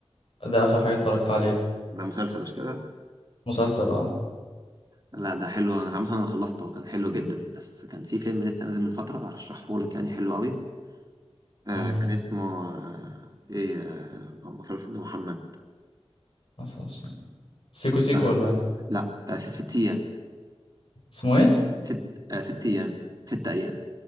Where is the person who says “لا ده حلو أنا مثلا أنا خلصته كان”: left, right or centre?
Right